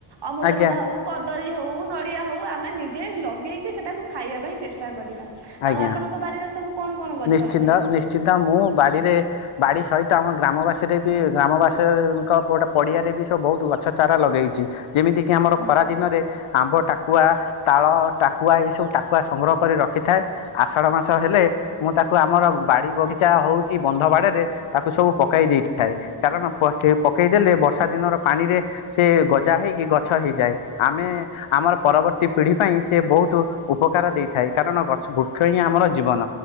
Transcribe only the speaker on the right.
ଅମୃତଭଣ୍ଡା
ହଉ କଦ କଦଳି ହୋଉ ନଡିଆ ହୋଉ। ଆମେ ନିଜେ ଲଗେଇକି ସେଟାକୁ ଖାଇବା ପାଇଁ ଚେଷ୍ଟା କରିବା।
ଆଉ ଆପଣଙ୍କ ବାଡିରେ ସବୁ କଣ କଣ ଗଛ
ଅଛି?
ହୁଁ